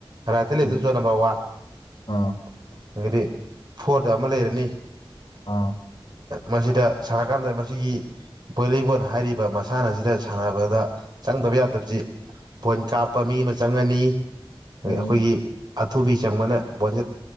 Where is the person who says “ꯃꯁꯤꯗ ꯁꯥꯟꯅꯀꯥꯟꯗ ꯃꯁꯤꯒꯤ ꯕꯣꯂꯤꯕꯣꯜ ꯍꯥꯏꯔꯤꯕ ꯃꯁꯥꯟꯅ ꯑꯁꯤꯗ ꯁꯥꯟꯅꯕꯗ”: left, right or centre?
Right